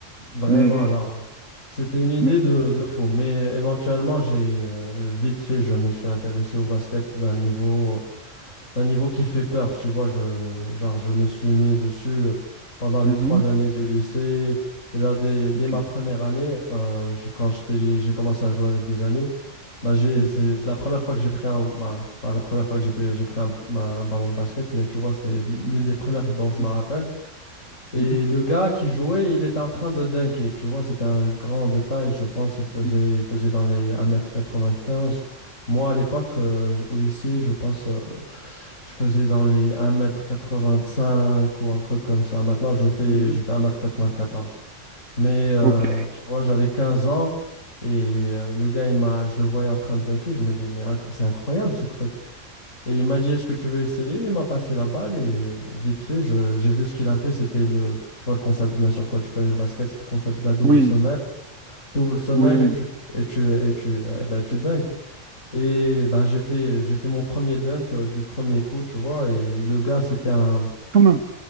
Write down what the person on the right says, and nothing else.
Mais.
mais...
Mhm.
OK.
Mhm.
Mhm.
Mhm.
Mhm.
Mhm.
OK.
Oui.
Oui.
Quand même.